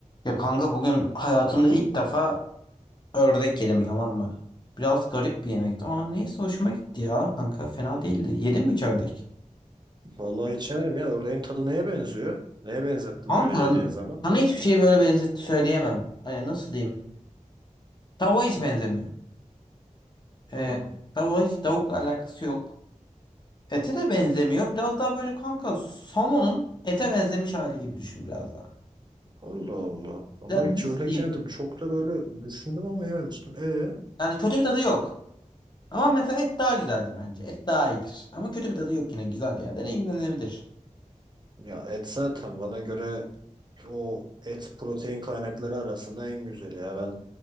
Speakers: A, on the left; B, on the right.
A: Ya kanka bugün hayatımda ilk defa ördek yedim tamam mı? Biraz garip bir yemekti ama neyse hoşuma gitti ya kanka fena değildi. Yedin mi hiç ördek?
B: Vallahi hiç yemedim ya. Ördeğin tadı neye benziyor? Neye benzettim
A: Kanka
B: öyle yediğin zaman?
A: sana hiçbir şey böyle benzet söyleyemem. Hani nasıl diyeyim? Tavuğa hiç benzemiyor. Ee,
B: Hmm.
A: tavuğa hiç tavukla alakası yok. Ete de benzemiyor. Biraz daha böyle kanka somonun ete benzemiş hali gibi düşün biraz daha.
B: Allah Allah. Ama
A: Ya
B: hiç
A: nasıl
B: ördek
A: diyeyim?
B: yemedim. Çok da böyle düşündüm ama yememiştim. E
A: Yani kötü bir tadı yok. Ama mesela et daha güzeldir bence. Et daha iyidir. Ama kötü bir tadı yok yine güzel yani deneyimlenebilir.
B: ya et zaten bana göre o et protein kaynakları arasında en güzeli ya. Ben